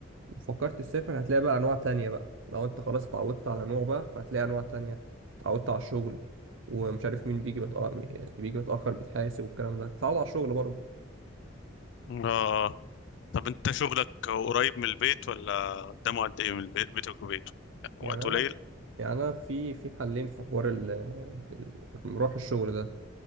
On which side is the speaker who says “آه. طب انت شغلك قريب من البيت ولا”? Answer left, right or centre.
Left